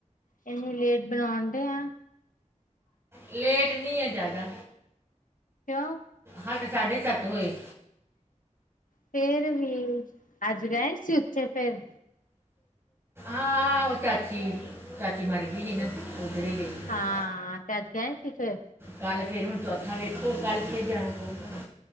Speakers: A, on the left; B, on the right.
A: ਇਹੀ ਲੇਟ ਬਣਾਉਂਡੇ ਆ
B: ਲੇਟ ਨੀ ਐ ਜਆਦਾ।
A: ਕਿਉ?
B: ਹਾਂਡੇ ਸਾਡੇ ਸਤ ਹੋਏ।
A: ਫੇਰ ਵੀ ਅੱਜ ਗਏ ਸੀ ਉੱਥੇ ਫੇਰ।
B: ਆ ਓ ਚਾਚੀ ਚਾਚੀ ਮਰ ਗਈ ਹੀ ਨਾ। ਉਧਰ ਹੀ ਗਈ
A: ਹਾਂ ਤਾਂ ਗੇ ਸੀਗੇ
B: ਕੱਲ ਫੇਰ ਹੁਣ ਚੌਥਾ ਵੇਖੋ ਕਰ ਕੇ ਜਾਣਾ ਪਊਗਾ।